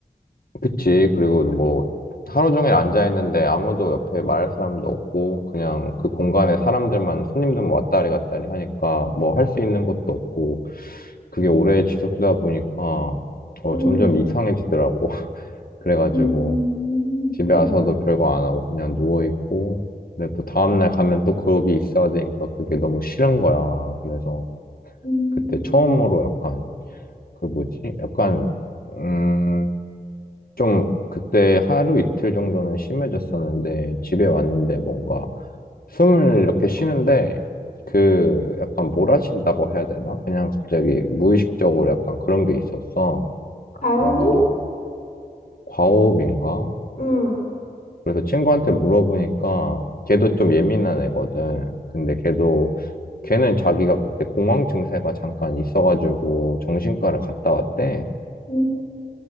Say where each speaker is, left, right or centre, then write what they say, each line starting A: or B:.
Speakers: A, on the left (about 60°); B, on the left (about 45°).
A: 그치. 그리고 뭐, 하루 종일 앉아있는데 아무도 옆에 말할 사람도 없고, 그냥 그 공간에 사람들만, 손님들만 왔다리 갔다리 하니까 뭐 할 수 있는 것도 없고, 그게 오래 지속되다 보니까, 어,
B: 음,
A: 점점 이상해지더라고. 그래가지고
B: 음,
A: 집에
B: 음,
A: 와서도 별거 안 하고 그냥 누워있고 근데 또 다음날 가면 또 그룹이 있어야 되니까 그게 너무 싫은 거야. 그래서
B: 음.
A: 그때 처음으로 약간 그 뭐지? 약간 음, 좀 그때 하루 이틀 정도는 심해졌었는데 집에 왔는데 뭔가 숨을 이렇게 쉬는데 그 약간 몰아친다고 해야 되나? 그냥 갑자기 무의식적으로 약간 그런 게 있었어.
B: 가호호?
A: 그래가지고 과호흡인가?
B: 응,
A: 그래서 친구한테 물어보니까 걔도 좀 예민한 애거든. 근데 걔도 걔는 자기가 그때 공황 증세가 잠깐 있어가지고 정신과를 갔다 왔대.
B: 음,